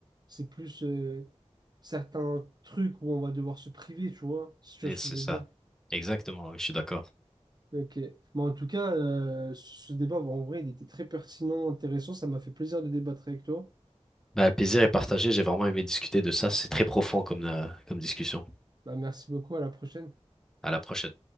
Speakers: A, on the right; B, in the centre.
A: C'est plus euh, certains trucs où on va devoir se priver, tu vois. Si tu
B: Et
A: vois ce
B: c'est
A: que je veux
B: ça.
A: dire.
B: Exactement, oui, je suis d'accord.
A: Ok. Mais en tout cas, euh, ce débat, en vrai, il était très pertinent, intéressant. Ça m'a fait plaisir de débattre avec toi.
B: Bah, le plaisir est partagé. J'ai vraiment aimé discuter de ça. C'est très profond comme, euh, comme discussion.
A: Bah, merci beaucoup, à la prochaine.
B: À la prochaine.